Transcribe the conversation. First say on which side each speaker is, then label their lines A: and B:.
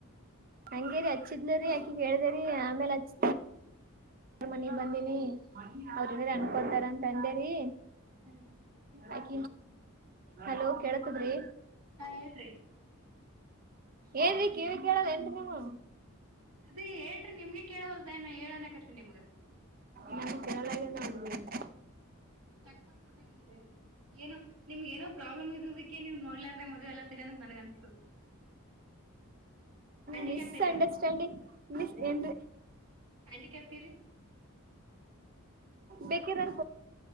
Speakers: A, on the right (about 40°); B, on the right (about 75°).
A: ಹಂಗೇರಿ ಹಚ್ಚಿದ್ಲರಿ ಅಕಿ ಕೇಳ್ದೇರಿ ಆಮೇಲ್ ಹಚ್ಚ ಎಾರ್ ಮನಗ್ ಬಂದೀಿನಿ ಅವ್ರನ ಅನ್ಕೊತಾರ ಅಂತ ಅಂದೇರಿೀ
B: ಹಾ ರೀ
A: ಆಕ ಹಲೋ ಕೇಳತದ್ರಿ
B: ಹಾ ಹೇಳಏರ್ರಿ
A: ಏನ್ೀ ಕಿವಿ ಕೇಳದ ಎಂತ ನೀನು
B: ಅದೇ ಹೇಳ್ರಿ ನಿಮ್ಗೆ ಕೇಳವಲ್ಲದಏ ಹೇಳನಕತ್ತ ನಿಮ್ಗ
A: ನಮ ಕೆರಳಗೆ ನಡಂತ
B: ಚೆಕ್ ಮಾಡ್ಸ್ಕೊಬೇಕಿಲ್ರಿ ಏನೋ ನಿಮ್ಗೆ ಏನೋ ಪ್ರಾಬ್ಲಮ್ ಇರೋದಿಕ್ಕೆ ನೀವು ನೋಡ್ಲಾರ್ದ ಮದ್ ಎಲ್ಲತ್ತೀರನ ನನ್ಗ ಅನ್ಸ್ತು ಹ್ಯಾಂಡಿಕ್ಯಾಪ್
A: ಮಿಸ
B: ಇರೇನು
A: ಅಂಡರ್ಸ್ಟ್ಯಾಂಡಿಂಗ್ ಮಿಸ ಎ
B: ಆಂಟಿ ಕೆ್ಯಾಫತೀರಿ
A: ಬೇಕಿನ್್ಕ್ಯ